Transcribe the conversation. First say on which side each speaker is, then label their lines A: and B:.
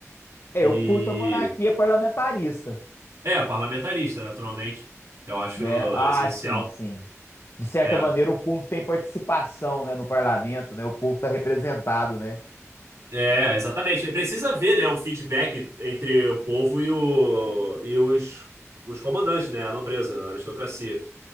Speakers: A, on the left; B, on the right.
A: eu
B: E
A: curto a monarquia parlamentarista,
B: É, parlamentarista, naturalmente. Eu acho
A: né? Ah,
B: essencial.
A: sim, sim. De certa
B: É,
A: maneira, o povo tem participação, né, no parlamento, né? O povo está representado, né?
B: é, exatamente. Precisa ver, né, um feedback entre o povo e, o, e os, os comandantes, né, a nobreza, a aristocracia.